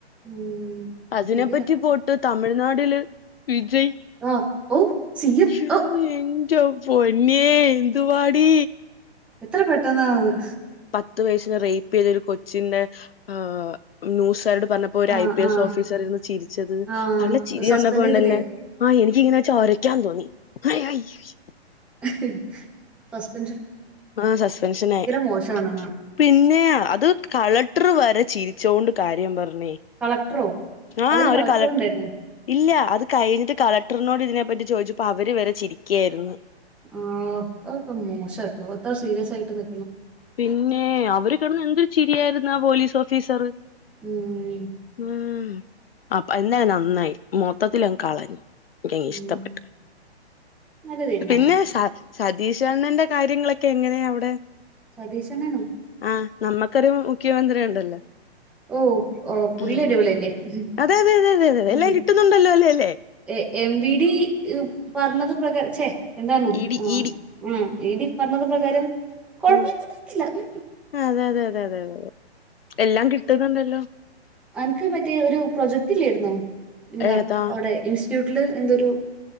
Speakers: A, in the centre; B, on the left.
A: ഉം
B: അതിനെ
A: ശരിയാ
B: പറ്റി പോയിട്ട് തമിഴ്നാടില്. വിജയ്
A: ആ ഓ സി എം
B: ശൊ
A: ഓ
B: എൻ ന്റെ പോന്നെന്തുവാടി.
A: എത്ര പെട്ടെന്ന ഹ്.
B: ത്ത് വയസിന് റേപ്പയ്ത ഒരു കൊച്ചിന്റെ ഹ് ഏ ന്യൂസാര്ടെ പറഞ്ഞപ്പോ ഒര്
A: ആ
B: ഐ പി എസ്
A: ആ
B: ഓഫീസർര്ന്ന് ചിരിച്ചത് ഹ്
A: ആ
B: ആളെ ചിരി
A: സസ്പെൻഡ്
B: കപ്പോണ്ടല്ലേ
A: ചെയ്തില്ലേ
B: എനിക്കിങ്ങനെ ക്കന്തോന്നി ഹയ് ഹയ് ശ്
A: അഹ്. സസ്പ
B: ആ സസ്പെൻഷനായി
A: മോശമാണെന്ന്
B: പിന്നെ അത് കള ട്ട്ർ വരെ ചിരിച്ചൊണ്ട് കാര്യം പറ മ്മേ
A: കളക്ടറോ
B: ആ
A: അതില്
B: ഒര്
A: കളക്ടർ
B: കളക്ട്ട്
A: ഉണ്ടായിരുന്നോ
B: ഇല്ല്യ അത് കഴിഞ്ഞിട്ട് കളക്ടറിനോട് ഇതിനെപ്പറ്റി ചോദിച്ചപ്പോ അവര് വരെ ചിരിക്ക്യേയിരുന്നു.
A: ആഹ് അത്ക്കെ മോശാട്ടോ അത്ര സീരിയസ് ആയിട്ട് ന്
B: പിന്നെ അവര് കെടന്ന് എന്തൊരു ചിരിയായിരുന്ന് ആ പോലീസ് ഓഫീസർ.
A: ഉം
B: ഉം. അപ്പ എന്നാ നന്നായി മൊത്തത്തിലങ് കളഞ്ഞ്. ഏ ഇഷ്ട്ടപ്പെട്ട്
A: ഉം നല്ല തീരുമാനം
B: പിന്നെ സാ സതീഷണ്ണന്റെ കാര്യങ്ങളൊക്കെ എങ്ങനെ അവിടെ?
A: ശതീശണ്ണനൊ?
B: ആ നമ്മക്കൊരു മുഖ്യമന്ത്രി ഉണ്ടല്ലോ.
A: ഓ ഓ പുള്ളി
B: ഉം
A: അടിപൊളില്ലേ ഹ്
B: അതെ അതെ അതെ അതെ അതെ
A: മ്.
B: എല്ലാം കിട്ടുന്നുണ്ടല്ലോ അല്ലേ അല്ലേ
A: എ എം വി ഡി പർഞ്ഞത് പ്രകാരം ച്ചേ. എന്താണ്
B: ഇഡി
A: ആ
B: ഇഡി
A: ആ ഈഡി പറഞ്ഞത് പ്രകാരം. കുഴപ്പമില്ല
B: ഉം
A: പറ്റില്ല ഉം
B: അതെ അതെ അതെ അതെ എല്ലാം കിട്ടുന്നുണ്ടല്ലോ.
A: അൻക്ക് മറ്റേ ഒരു പ്രൊജക്റ്റില്ലേര്ന്നോ ന്താ
B: ഏതാ
A: അവിടെ യു ട്ടില് എന്തോരു.